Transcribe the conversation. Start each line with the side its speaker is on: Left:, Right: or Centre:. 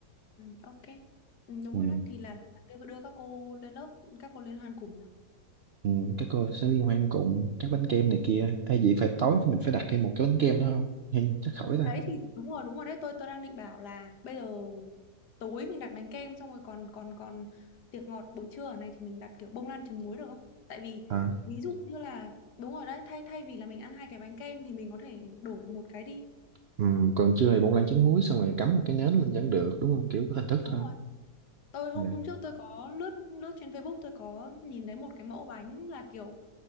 Left: Ừ, ok. Ừ, đúng
Right: ừ,
Left: rồi đấy, thì là đưa đưa các cô lên lớp, các cô liên hoan cùng nhỉ?
Right: ừ, các cô sẽ liên hoan cùng các bánh kem này kia hay vậy phải tối mình phải đặt thêm một cái bánh kem nữa không hay chắc khỏi ta
Left: Đấy thì đúng rồi, đúng rồi đấy, tôi tôi đang định bảo là bây giờ tối mình đặt bánh kem xong rồi còn còn còn tiệc ngọt buổi trưa ở này thì mình đặt kiểu bông lan trứng muối được không? Tại vì
Right: à,
Left: ví dụ như là đúng rồi đấy, thay thay vì là mình ăn hai cái bánh kem thì mình có thể đổi một cái đi.
Right: ừ, còn trưa thì bông lan trứng muối xong rồi cắm một cái nến
Left: Ừ,
Right: lên vẫn được đúng không kiểu có hình thức
Left: Đúng
Right: thôi
Left: rồi. Tôi hôm
Right: ừ.
Left: hôm trước tôi có lướt lướt trên Facebook tôi có nhìn thấy một cái mẫu bánh là kiểu